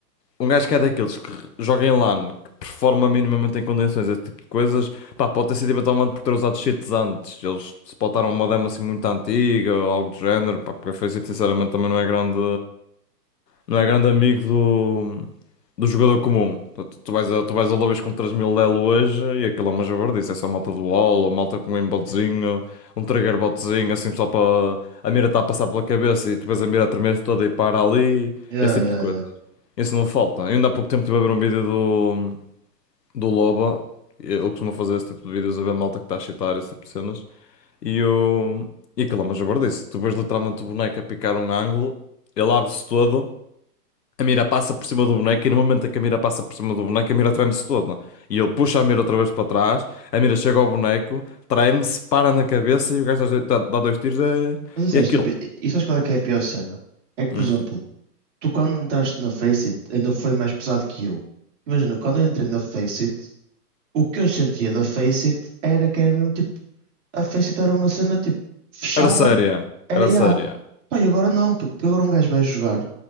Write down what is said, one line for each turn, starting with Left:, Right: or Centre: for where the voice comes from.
Left: um gajo que é daqueles que joga em LAN, que performa minimamente em condições, esse tipo de coisas, pá, pode ter sido eventualmente por ter usado cheats antes. Eles se botaram uma demo assim muito antiga ou algo do género, pá, porque a FaZe sinceramente também não é grande, não é grande amigo do, do jogador comum. Tu, tu vais a, tu vais a lobbies com três mil elo hoje e aquilo é uma javardice, é só malta do wall ou malta com um aimbotzinho, um trigger botzinho, assim só para a mira está a passar pela cabeça e tu vês a mira a tremer toda e para ali,
Right: yeah,
Left: esse
Right: yeah,
Left: tipo de coisa.
Right: yeah.
Left: Isso não falta. Eu ainda há pouco tempo estive a ver um vídeo do, do Loba. Ele costuma fazer esse tipo de vídeos, a ver malta que está a chitar, esse tipo de cenas. E, eu... e aquilo é uma jabardice. Tu vês literalmente o boneco a picar um ângulo, ele abre-se todo, a mira passa por cima do boneco e no momento em que a mira passa por cima do boneco, a mira treme-se toda. E ele puxa a mira outra vez para trás, a mira chega ao boneco, treme-se, para na cabeça e o gajo dá, dá- dá dois tiros e é...
Right: Mas isso
Left: e
Right: é
Left: é
Right: estúpido.
Left: aquilo.
Right: E e sabes qual é que é a pior cena? É que, por
Left: Hum.
Right: exemplo, tu quando entraste na Faceit ainda foi mais pesado que eu. Imagina, quando eu entrei na Faceit. O que eu sentia da Face It era que era mesmo tipo, a Face It era uma cena tipo fechada,
Left: Era séria.
Right: era
Left: Era
Right: ya.
Left: séria.
Right: Pá, e agora não, puto, porque agora um gajo vai jogar